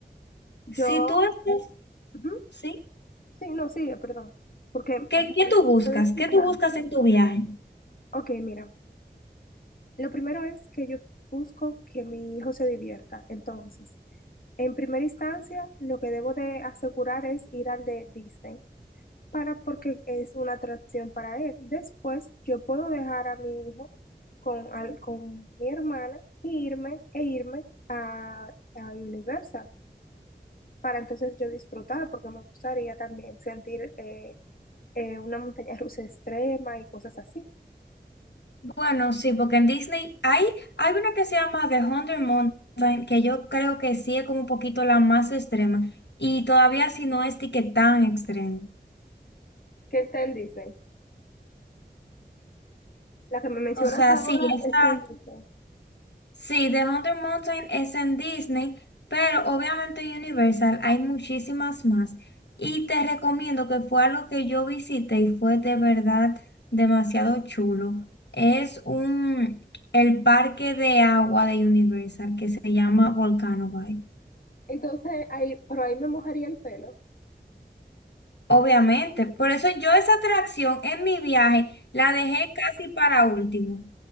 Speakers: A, on the left; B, on the left.
A: Si
B: Yo,
A: tú estás,
B: ujú,
A: ¿sí?
B: Sí, no, sigue, perdón, porque
A: ¿Qué, qué tú buscas?
B: estoy escuchando.
A: ¿Qué tú buscas en tu viaje?
B: Ok, mira, lo primero es que yo busco que mi hijo se divierta. Entonces, en primera instancia, lo que debo de asegurar es ir al de Disney. para porque es una atracción para él. Después, yo puedo dejar a mi hijo con, al- con mi hermana y irme, e irme a, a Universal para entonces yo disfrutar, porque me gustaría también sentir eh, eh, una montaña rusa extrema y cosas así.
A: Bueno, sí, porque en Disney hay, hay una que se llama The Hundred Mountain, que yo creo que sí es como un poquito la más extrema, y todavía si no es de que tan extrema.
B: ¿Qué está en Disney. La que me mencionas
A: O sea,
B: ahora
A: sí, esa,
B: es en Disney,
A: sí, The Hundred Mountain es en Disney, pero obviamente en Universal hay muchísimas más. Y te recomiendo que fue algo que yo visité y fue de verdad demasiado chulo. Es un, el parque de agua de Universal que se llama Volcano Bay.
B: Entonces, ahí, pero ahí me mojaría el pelo.
A: Obviamente, por eso yo esa atracción en mi viaje la dejé casi para último.